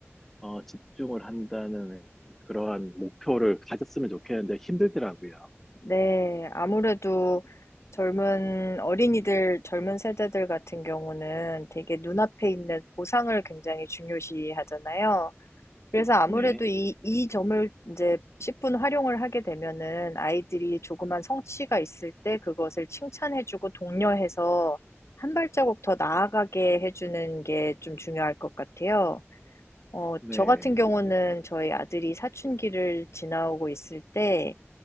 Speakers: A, in the centre; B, on the left.
A: 어, 집중을 한다는 그러한 목표를 가졌으면 좋겠는데 힘들더라고요.
B: 네. 아무래도 젊은 어린이들, 젊은 세대들 같은 경우는 되게 눈앞에 있는 보상을 굉장히 중요시 하잖아요. 그래서 아무래도
A: 네,
B: 이, 이 점을 이제 10분 활용을 하게 되면은 아이들이 조그만 성취가 있을 때 그것을 칭찬해주고 독려해서 한 발자국 더 나아가게 해주는 게 좀 중요할 것 같아요. 어,
A: 네,
B: 저 같은 경우는 저희 아들이 사춘기를 지나오고 있을 때